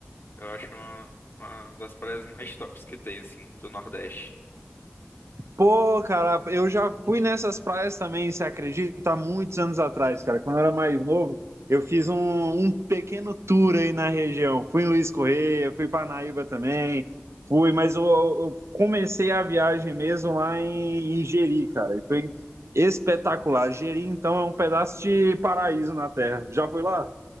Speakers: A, on the left; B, on the right.
A: Eu acho uma, uma das praias mais tops que tem, assim, do Nordeste.
B: Pô, cara, eu já fui nessas praias também, você acredita? Há muitos anos atrás, cara. Quando eu era mais novo, eu fiz um, um pequeno tour aí na região. Fui em Luiz Correia, fui para Naíba também, fui, mas eu, eu comecei a viagem mesmo lá em, em Jeri, cara. E foi espetacular. Jeri, então, é um pedaço de paraíso na Terra. Já foi lá?